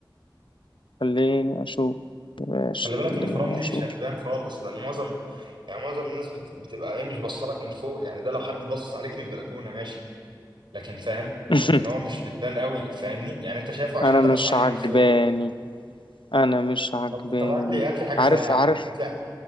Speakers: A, on the left (about 80°); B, on the right (about 70°).
A: خليني اشوف ايش
B: خلي بالك
A: خليني
B: الاخرام دي
A: اشوف
B: مش هتبان خالص لان معظم يعني معظم الناس بت- بتبقى ايه مش بصلك من فوق يعني ده لو حد بص عليك من البلكونه ماشي لكن فاهم
A: <laughs>
B: لكن هو مش بتبان قوي فاهمني يعني انت شايفه عشان
A: انا
B: انت
A: مش
B: بص عليه
A: عجباني
B: من فوق
A: انا مش عجباني
B: طب طب هات لي هات لي حاجه
A: عارف
B: زيها يا
A: عارف
B: احمد هات لي